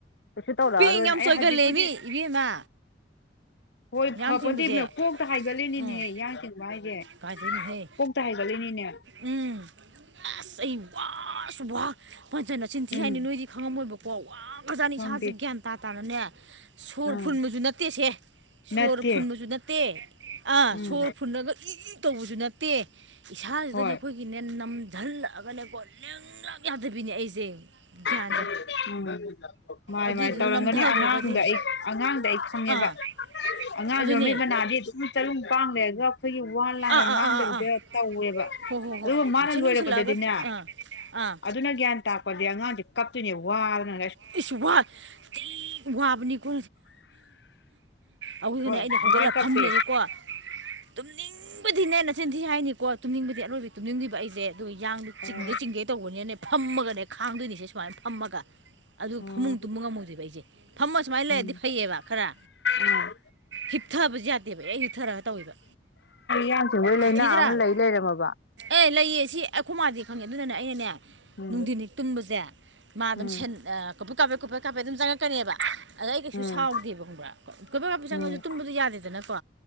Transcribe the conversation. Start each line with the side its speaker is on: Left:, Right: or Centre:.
Left: ꯀꯩꯁꯨ ꯇꯧꯔꯛꯑꯔꯣꯏꯅ
Right: ꯄꯦꯡ ꯌꯥꯝ
Left: ꯑꯩ
Right: ꯆꯣꯢꯒꯥꯟꯂꯦ
Left: ꯍꯧꯖꯤꯛꯄꯨꯗꯤ
Right: ꯏꯕꯦꯝꯃ
Left: ꯍꯣꯏ
Right: ꯌꯥꯝ
Left: ꯐꯕꯗꯤ
Right: ꯆꯤꯡꯕꯁꯦ
Left: ꯃ ꯀꯣꯛꯇ ꯍꯥꯏꯒꯠꯂꯤꯅꯤꯅꯦꯍꯦ
Right: ꯎꯝ
Left: ꯌꯥꯡ ꯆꯤꯡꯕ ꯍꯥꯏꯁꯦ
Right: ꯀꯥꯏꯗꯩꯅꯣꯍꯦ
Left: ꯀꯣꯛꯇ ꯍꯥꯏꯒꯠꯂꯤꯅꯦ
Right: ꯎꯝ ꯑꯁ ꯑꯩ ꯋꯥꯁꯨ ꯋꯥ ꯐꯖ ꯅꯆꯤꯟꯊꯤ
Left: ꯎꯝ
Right: ꯍꯥꯏꯅꯤ ꯅꯣꯏꯗꯤ ꯈꯪꯉꯝꯃꯣꯏꯕ ꯄꯥꯎ ꯋꯥ ꯐꯖꯥꯠꯅꯤ
Left: ꯈꯪꯗꯦ
Right: ꯏꯁꯥꯁꯦ ꯒ꯭ꯌꯥꯟ ꯇꯥ ꯇꯥꯅꯅꯦ ꯁꯣꯔ
Left: ꯎꯝ
Right: ꯐꯨꯟꯕꯁꯨ ꯅꯠꯇꯦꯁꯦ ꯁꯣꯔ
Left: ꯅꯠꯇꯦ
Right: ꯐꯨꯟꯕꯁꯨ ꯅꯠꯇꯦ ꯑꯥ
Left: ꯎꯝ
Right: ꯁꯣꯔ ꯐꯨꯟꯂꯒ ꯏ ꯢ ꯇꯧꯕꯁꯨ ꯅꯠꯇꯦ ꯏꯁꯥꯁꯤꯗꯅꯦ
Left: ꯍꯣꯏ
Right: ꯑꯩꯈꯣꯏꯒꯤꯅꯦ ꯅꯝꯖꯜꯂꯛꯑꯒꯅꯦꯀꯣ ꯂꯦꯡꯂꯛ ꯌꯥꯗꯕꯤꯅꯦ ꯑꯩꯁꯦ ꯒ꯭ꯌꯥꯟ
Left: ꯎꯝ ꯃꯥꯅꯤ
Right: ꯑꯗꯨꯏꯗꯨꯅ
Left: ꯃꯥꯅꯤ ꯇꯧꯔꯝꯒꯅꯤ
Right: ꯅꯝꯊꯈ꯭ꯔꯒꯗꯤ
Left: ꯑꯉꯥꯡꯗ ꯑꯩ ꯑꯉꯥꯡꯗꯣ ꯑꯩ ꯈꯪꯉꯦꯕ
Right: ꯑꯥ
Left: ꯑꯉꯥꯡꯁꯨ
Right: ꯑꯗꯨꯅꯦ
Left: ꯃꯃꯤꯠ ꯃꯅꯥꯗꯤ ꯑꯗꯨꯝ ꯇꯔꯨ ꯄꯥꯡ ꯂꯩꯔꯒ ꯑꯩꯈꯣꯏꯒꯤ ꯋꯥ ꯂꯥꯡꯒ
Right: ꯑꯥ ꯑꯥ
Left: ꯉꯥꯡꯗꯕꯗ
Right: ꯑꯥ ꯑꯥ ꯑꯥ
Left: ꯇꯧꯋꯦꯕ
Right: ꯍꯣ ꯍꯣ
Left: ꯑꯗꯨꯒ
Right: ꯍꯣꯏ
Left: ꯃꯥꯅ
Right: ꯃꯨꯁꯟ
Left: ꯂꯣꯏꯔꯛꯄꯗꯗꯤꯅꯦ
Right: ꯃꯨꯁꯜꯂꯛꯑꯒ ꯑꯥ ꯑꯥ
Left: ꯑꯗꯨꯅ ꯒ꯭ꯌꯥꯟ ꯇꯥꯛꯄꯗꯤ ꯑꯉꯥꯡꯁꯦ ꯀꯞꯇꯣꯏꯅꯦ ꯋꯥꯅ
Right: ꯑꯩꯁ ꯋꯥ ꯊꯤꯅ ꯋꯥꯕꯅꯤꯒꯣ ꯑꯃꯨꯛꯀꯁꯨꯅꯦ
Left: ꯍꯣꯏ
Right: ꯑꯩꯅ
Left: ꯑꯗꯨꯃꯥꯏ
Right: ꯍꯧꯒꯠꯂ
Left: ꯀꯞꯄꯦ
Right: ꯐꯝꯂꯅꯤꯀꯣ ꯇꯨꯝꯅꯤꯡ ꯇꯨꯝꯕꯗꯤꯅꯦ ꯅꯆꯤꯟ ꯊꯤ ꯍꯥꯏꯅꯤꯀꯣ ꯇꯨꯝꯅꯤꯡꯕꯗꯤ ꯑꯔꯣꯏꯕꯤꯗꯤ ꯇꯨꯝꯅꯤꯡꯂꯤꯕ ꯑꯩꯁꯦ ꯑꯗꯨꯒ ꯌꯥꯡꯗ
Left: ꯑꯣ
Right: ꯆꯤꯡꯒꯦ ꯆꯤꯡꯒꯦ ꯇꯧꯕꯅꯦꯅꯅꯦ ꯐꯝꯃꯒꯅꯦ ꯈꯥꯡꯗꯣꯏꯅꯤꯁꯦ ꯁꯨꯃꯥꯏꯅ ꯐꯝꯃꯒ ꯑꯗꯨ
Left: ꯑꯣ
Right: ꯐꯃꯨꯡ ꯇꯨꯝꯕ ꯉꯝꯃꯨꯗꯣꯏꯕ ꯑꯩꯁꯦ ꯐꯝꯃ ꯁꯨꯃꯥꯏꯅ
Left: ꯎꯝ
Right: ꯂꯩꯔꯗꯤ ꯐꯩꯌꯦꯕ ꯈꯔ
Left: ꯑꯥ
Right: ꯍꯤꯞꯊꯕꯁꯦ ꯌꯥꯗꯦꯕ ꯑꯩ ꯍꯤꯞꯊꯔꯒ ꯇꯧꯋꯦꯕ
Left: ꯌꯥꯡ ꯆꯤꯡꯕꯩ ꯂꯥꯏꯅꯥ
Right: ꯁꯥꯊꯤꯗ꯭ꯔꯥ
Left: ꯑꯃ ꯂꯩ ꯂꯩꯔꯝꯃꯕ
Right: ꯑꯦ ꯂꯩꯌꯦ ꯁꯤ ꯑꯩꯈꯣꯏ ꯃꯥꯗꯤ ꯈꯪꯉꯦ ꯑꯗꯨꯗꯅꯦ ꯑꯩꯅꯅꯦ
Left: ꯎꯝ
Right: ꯅꯨꯡꯗꯤꯟ ꯍꯦꯛ ꯇꯨꯝꯕꯁꯦ ꯃꯥ ꯑꯗꯨꯝ
Left: ꯎꯝ
Right: ꯀꯕꯨꯠ ꯀꯥꯄꯦ ꯀꯨꯞꯄꯦ ꯀꯥꯄꯦ ꯑꯗꯨꯝ ꯆꯪꯉꯥꯛꯀꯅꯦꯕ ꯑꯗ ꯑꯩ ꯀꯩꯁꯨ
Left: ꯎꯝ
Right: ꯁꯥꯎꯗꯦꯕ ꯈꯪꯕ꯭ꯔꯥ ꯀꯣꯏꯕ
Left: ꯎꯝ
Right: <unintelligible> ꯇꯨꯝꯕꯗꯤ ꯌꯥꯗꯦꯗꯅꯀꯣ